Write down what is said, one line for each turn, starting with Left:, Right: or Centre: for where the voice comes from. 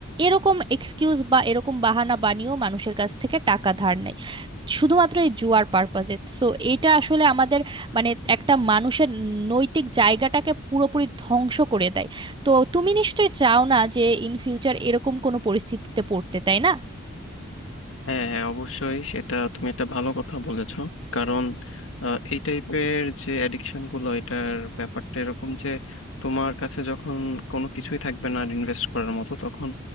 Right: এরকম এক্সকিউজ বা এরকম বাহানা বানিয়েও মানুষের কাছ থেকে টাকা ধার নেয় শুধুমাত্র এই জুয়ার পারপাজে তো এটা আসলে আমাদের মানে একটা মানুষের নৈতিক জায়গাটাকে পুরোপুরি ধ্বংস করে দেয় তো তুমি নিশ্চয়ই চাও না যে ইন ফিউচার এরকম কোনো পরিস্থিতিতে পড়তে তাই না
Left: হ্যাঁ হ্যাঁ অবশ্যই সেটা তুমি একটা ভালো কথা বলেছো কারণ আহ, এই টাইপের যে অ্যাডিকশন গুলো এটার ব্যাপারটা এরকম যে তোমার কাছে যখন কোনো কিছুই থাকবে না ইনভেস্ট করার মতো তখন